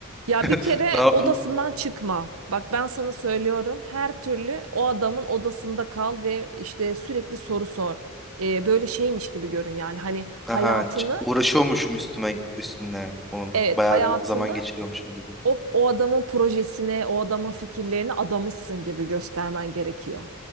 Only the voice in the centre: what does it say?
<laughs>
Ne yapayım?
Aha, ç- uğraşıyormuşum üstüme üstüne. Onun
bayağı
bir zaman geçiriyormuşum gibi.